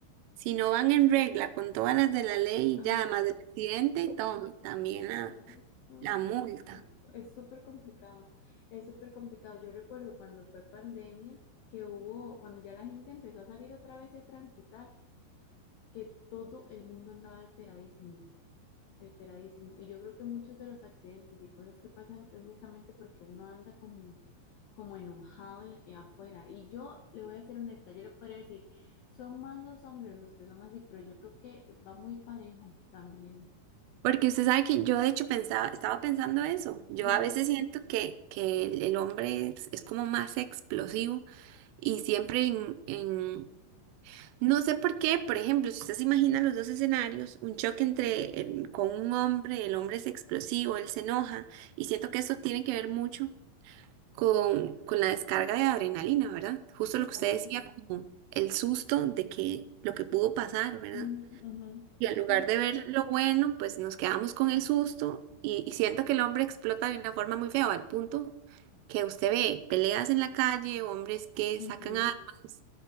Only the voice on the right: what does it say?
Si no van en regla con todas las de la ley,
ya más del accidente y todo, también nada.
La multa.
Porque usted sabe que yo de hecho pensaba, estaba pensando eso. Yo
a veces siento que, que el, el hombre es, es como más explosivo y siempre en, en- No sé por qué, por ejemplo, si usted se imagina los dos escenarios, un choque entre el- con un hombre, el hombre es explosivo, él se enoja y siento que eso tiene que ver mucho con, con la descarga de adrenalina, ¿verdad? Justo
lo que
usted decía, como el susto de que lo que pudo pasar, ¿verdad?
Y en lugar
de ver lo bueno, pues nos quedamos con el susto y, y siento que el hombre explota de una forma muy fea, al punto que usted ve peleas en la calle, hombres que
sacan armas